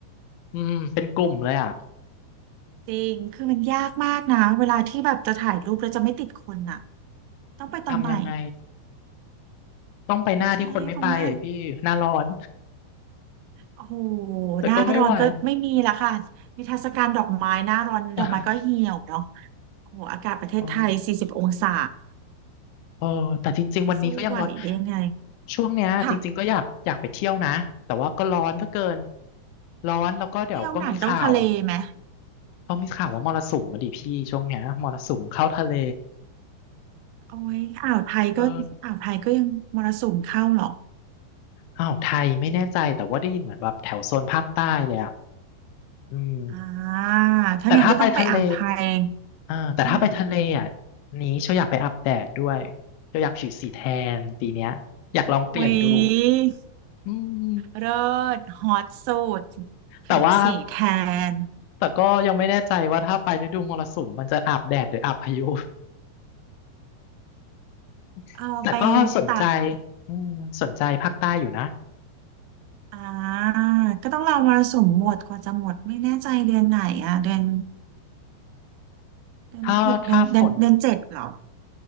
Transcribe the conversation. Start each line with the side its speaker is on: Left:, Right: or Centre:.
Left: อืมเป็นกลุ่มเลยอะ
Right: จริงคือมันยากมากนะเวลาที่แบบจะถ่ายรูปแล้วจะไม่ติดคนน่ะต้องไปตอนไหน
Left: ทำยังไงต้องไปหน้าที่คนไม่ไปพี่หน้าร้อน
Right: ใช่เพราะว่า โอ้โห
Left: แต่ก็ไม่ไหว
Right: หน้าร้อนก็ไม่มีละค่ะนิทรรศการดอกไม้หน้าร้อนดอกไม้ก็เหี่ยวเนาะ
Left: <laughs> อะ
Right: โอ้โหอากาศประเทศไทยสี่สิบองศา
Left: เออเออแต่จริงๆวันนี้ก็ยังร้อน
Right: จะสู้ไหวได้ไง
Left: ช่วงเนี้ยจริงๆก็อยากอยากไปเที่ยวนะแต่ว่าก็ร้อนเหลือเกิน
Right: ค่ะ
Left: ร้อนแล้วก็เดี๋ยวก็มีข่าว
Right: เที่ยวไหนต้องทะเลไหม
Left: เขามีข่าวว่ามรสุมมาดิพี่ช่วงเนี้ยมรสุมเข้าทะเล
Right: โอ้ยอ่าวไทยก็อ่าวไทยก็ยังมรสุมเข้าหรอก
Left: เออ อ้าวไทยไม่แน่ใจแต่ว่าได้ยินเหมือนแบบแถวโซนภาคใต้เลยอ่ะอืม
Right: อ่าถ้างั้นก็ต้องไปอ่าวไทย
Left: แต่ถ้าไปทะเลอ่าแต่ถ้าไปทะเลอ่ะ
Right: อืม
Left: นี้เชียวอยากไปอาบแดดด้วยเชียวอยากผิวสีแทนปีเนี้ยอยากลองเปลี่ยนดู
Right: โอ้ย
Left: อืม
Right: เลิศฮอตสุดผิวสีแท
Left: แต่ว่า
Right: น
Left: แต่ก็ยังไม่แน่ใจว่าถ้าไปฤดูมรสุมมันจะอาบแดดหรืออาบพายุ
Right: เอาไป
Left: <laughs> แต่ก็สนใจ
Right: ตาก
Left: อืมสนใจภาคใต้อยู่นะ
Right: อ่าก็ต้องรอมรสุมหมดกว่าจะหมดไม่แน่ใจเดือนไหนอ่ะเดือนเดือนหกเดือนเดือนเดือนเจ็ดเหรอ
Left: ถ้าถ้าฝน